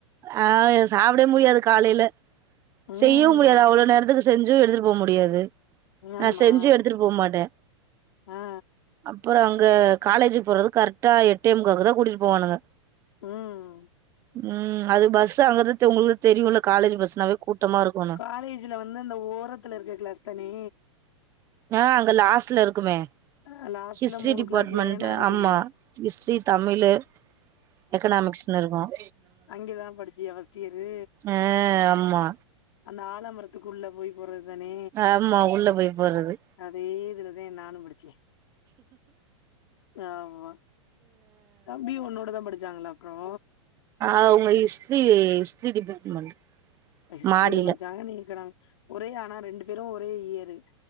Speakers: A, on the right (about 20°); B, on the left (about 60°).
A: அ சாப்டே முடியாது காலேல
B: ம்
A: செய்யோ முடியாது அவ்ளோ நேரத்துக்கு செஞ்சோ எடுத்துட்டு போக முடியாது நா
B: ஆமா
A: செஞ்சி எடுத்துட்டு போ மாட்ட
B: ஆ
A: அப்பறோ அங்க காலேஜ்க் போறது கரெக்டா எட்டே முக்காவுக்கு தா கூட்டிட் போவானுங்க
B: உம்
A: உம் அது பஸ் அங்கற உங்களுக்கு தெரியோல்ல காலேஜ் பஸ்னாவே கூட்டமா இருக்குன்
B: காலேஜில்ல வந்து அந்த ஓரத்துல இருக்க கிளாஸ் தானே
A: அ அங்க லாஸ்ட்ல இருக்குமே
B: அ லாஸ்ட்ல
A: ஹிஸ்ட்ரி
B: மூணு
A: டிபார்ட்மெண்ட்
B: கிளாஸ் லயனா இருக்குமே
A: ஆமா ஹிஸ்ட்ரி தமிழு எக்கனாமிக்ஸ்னு இருக்கோம்
B: அங்க தா படிச்சியா பஸ்ட் இயரு
A: ஆ ஆமா
B: அந்த ஆலமரத் த்துக்குள்ள போய் போற தானே
A: ஆமா உள்ள போய் போறது
B: அதே இதுலத நானு படிச்சே ஆமா தம்பி ஒன்னோடத படிச் சாங்களா அப்றோ
A: அவுங்க ஹிஸ்ட்ரி ஹிஸ்டரி டிபார்ட்மெண்ட்
B: ஹிஸ்ட்ரியில
A: மாடியில
B: படிச்சாங்க நீ எக்கனாமிக் ஒரே ஆனா ரெண்டு பேரோ ஒரே இயரு